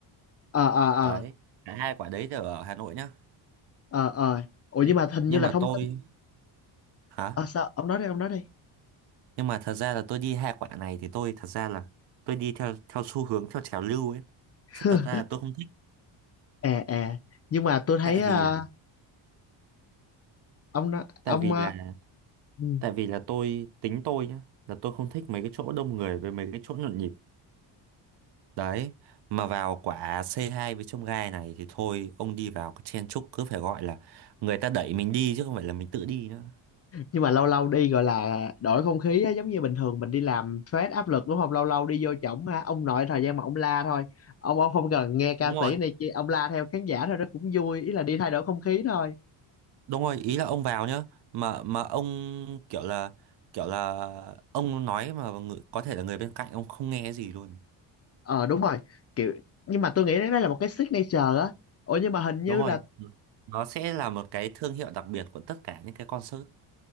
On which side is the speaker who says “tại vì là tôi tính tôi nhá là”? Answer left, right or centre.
Right